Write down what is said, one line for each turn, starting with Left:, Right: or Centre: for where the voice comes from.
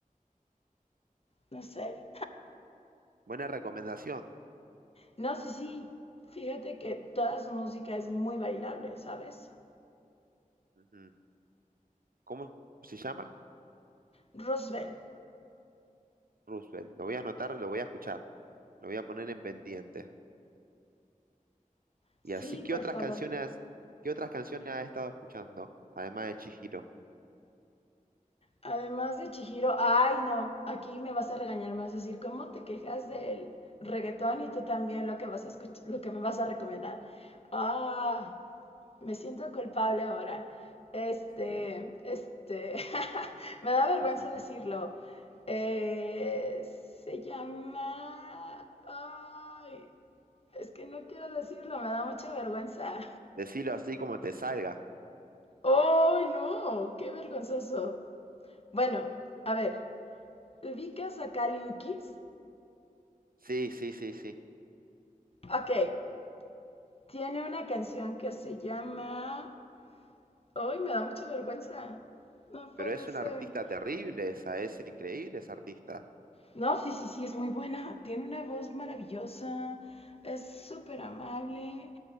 Left: no sé.
Right: Buena recomendación.
Left: No, sí, sí, fíjate que toda su música es muy bailable, ¿sabes?
Right: Ujú. ¿Cómo se llama?
Left: Roosevelt,
Right: Roosevelt. Lo voy a anotar, lo voy a escuchar. Lo voy a poner en pendiente.
Left: sí,
Right: Y así, ¿qué
Left: por
Right: otras
Left: favor.
Right: canciones, qué otras canciones has estado escuchando? Además de Chihiro.
Left: Además de Chihiro, ay no, aquí me vas a regañar más, decir, ¿cómo te quejas del reggaetón y tú también lo que vas a escuchar, lo que me vas a recomendar? Ah, me siento culpable ahora. Este,
Right: Mm,
Left: este, <laughs> me da vergüenza
Right: ujú. ujú.
Left: decirlo. Eh, se llama... Ay, es que no quiero decirlo, me da mucha vergüenza.
Right: Decilo así como te salga.
Left: ¡Ay, no! ¡Qué vergonzoso! Bueno, a ver, ¿ubicas a Kali Uchis?
Right: Sí, sí, sí, sí.
Left: Ok, tiene una canción que se llama... ¡Ay, me da mucha vergüenza! No puede
Right: Pero es
Left: ser.
Right: una artista terrible esa, es increíble esa artista.
Left: No, sí, sí, sí, es muy buena. Tiene una voz maravillosa, es súper amable,